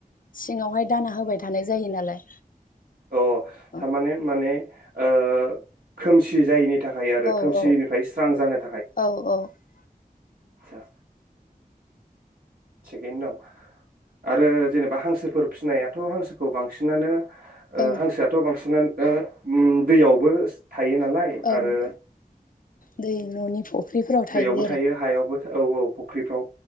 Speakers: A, on the left; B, on the right.
A: सिङावहाय दाना होबाय थानाय जायो नालाय
B: अ
A: औ
B: थारमाने माने ओ खोमसि जायैनि थाखाय थाखाय आरो
A: औ
B: खोमसिनिफ्राय
A: औ
B: स्रां जानो थाखाय
A: औ औ
B: आसा थिगैनो दं आरो जेनेबा हांसोफोर फिसिनायाथ' हांसोखौ बांसिनानो ओ
A: औ
B: हांसोआथ' बांसिन <unintelligible> दैयावबो थायो नालाय आरो
A: औ दै न'नि फुख्रिफोराव
B: दैयावबो
A: थायो आरो
B: हायावबो औ औ फुख्रिफ्राव